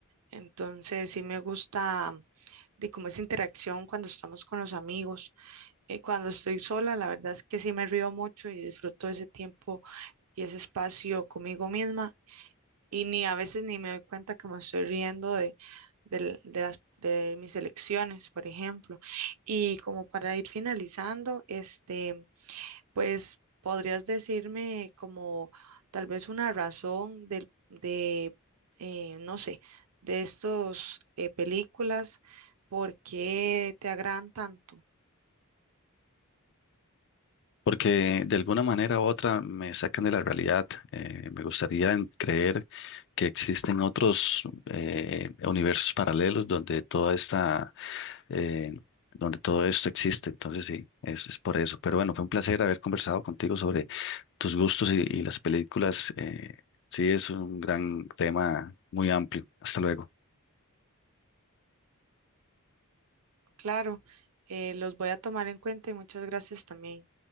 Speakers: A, on the right (about 75°); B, on the left (about 55°).
A: Entonces sí me gusta mm, de cómo es interacción cuando estamos con los amigos. Eh, cuando estoy sola, la verdad es que sí me río mucho y disfruto ese tiempo y ese espacio conmigo misma y ni a veces ni me doy cuenta que me estoy riendo de, del- de las, de mis elecciones, por ejemplo. Y como para ir finalizando, este, pues podrías decirme como tal vez una razón del, de, eh, no sé, de estos eh, películas, por qué te agradan tanto.
B: porque de alguna manera u otra me sacan de la realidad. Eh, me gustaría en- creer que existen otros eh, universos paralelos donde toda esta, eh, donde todo esto existe. Entonces sí, es, es por eso. Pero bueno, fue un placer haber conversado contigo sobre tus gustos y, y las películas. eh, sí, es un gran tema muy amplio. Hasta luego.
A: Claro, eh, los voy a tomar en cuenta y muchas gracias también.